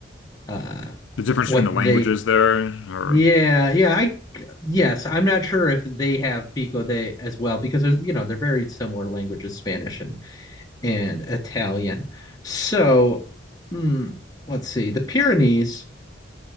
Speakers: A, on the left; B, on the left.
A: uh
B: The difference
A: what
B: between the
A: they
B: languages there, or
A: yeah yeah I yes I'm not sure if they have Pico de as well because there's you know they're very similar languages Spanish and and Italian. So mm, let's see the Pyrenees